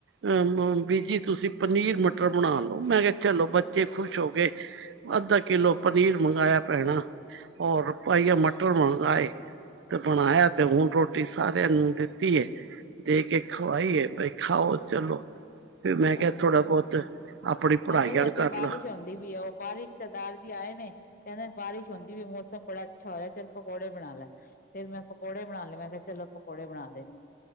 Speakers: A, on the right (about 70°); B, on the left (about 45°).
A: ਅ ਬੀਜੀ ਤੁਸੀਂ ਪਨੀਰ ਮਟਰ ਬਣਾ ਲੋ ਮੈਂ ਕਿਹਾ ਚਲੋ ਬੱਚੇ ਖ਼ੁਸ਼ ਹੋ ਗਏ ਅੱਧਾ ਕਿੱਲੋ ਪਨੀਰ ਮੰਗਾਇਆ ਭੈਣਾ ਹੋਰ ਪਾਈਆ ਮਟਰ ਮੰਗਾਏ। ਤੇ ਬਣਾਇਆ ਤੇ ਹੁਣ ਰੋਟੀ ਸਾਰਿਆਂ ਨੂੰ ਦਿੱਤੀ ਏ। ਦੇ ਕੇ ਖਵਾਈਏ ਭਾਈ ਖਾਓ ਚਲੋ। ਫੇਰ ਮੈਂ
B: ਹਾਂ
A: ਕਿਹਾ ਥੋੜਾ ਬੋਹਤ ਆਪਣੀ ਪੜ੍ਹਾਈ
B: ਸਾਡੇ ਤੇ
A: ਆਲ
B: ਇੱਥੇ
A: ਕਰ
B: ਬਾਰਿਸ਼
A: ਲਾ।
B: ਹੁੰਦੀ ਵੀ ਹੈ ਉਹ ਬਾਰਿਸ਼ ਸਰਦਾਰ ਜੀ ਆਏ ਨੇ ਕਹਿੰਦੇ ਬਾਰਿਸ਼ ਹੁੰਦੀ ਪੀਏ ਮੌਸਮ ਬੜਾ ਅੱਛਾ ਹੋ ਰਿਹਾ ਚੱਲ ਪਕੌੜੇ ਬਣਾ ਲੈ। ਫੇਰ ਮੈਂ ਪਕੌੜੇ ਬਣਾ ਲੈ ਮੈ ਕਿਹਾ ਚਲੋ ਪਕੌੜੇ ਬਣਾ ਦੇਣੀ ਆ।